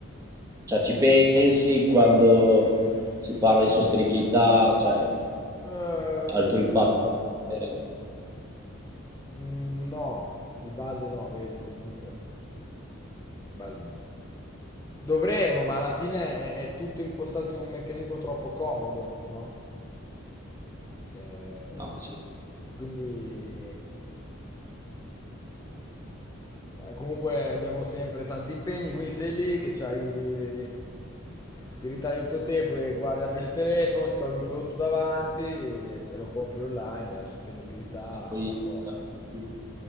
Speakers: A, on the right; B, on the left.
A: Cioè, ci pensi quando si parla di sostenibilità, cioè,
B: Ehm,
A: al tuo impatto? Eh,
B: mm, no, di base no, vedi, comunque. Di base no. Dovremmo, ma alla fine è, è tutto impostato in un meccanismo troppo comodo, no? Eh,
A: No, sì.
B: E quindi eh, comunque abbiamo sempre tanti impegni, quindi sei lì che c'hai, ti ritagli il tuo tempo e guardi, apri il telefono, ti trovi un prodotto davanti e te lo compri online, la sostenibilità
A: E poi
B: va un po'.
A: siamo tutti,